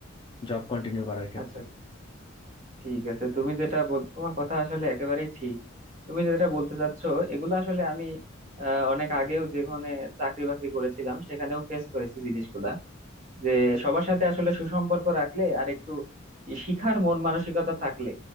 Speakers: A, on the left; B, on the right.
A: জব কন্টিনিউ করার ক্ষেত্রে
B: আচ্ছা ঠিক আছে তুমি যেটা বল তোমার কথা আসলে একেবারেই ঠিক তুমি যেটা বলতে চাচ্ছো এগুলো আসলে আমি আহ, অনেক আগেও যেখানে চাকরি বাকরি করেছিলাম সেখানেও ফেস করেছি জিনিসগুলা যে সবার সাথে আসলে সুসম্পর্ক রাখলে আর একটু ই শিখার মন মানসিকতা থাকলে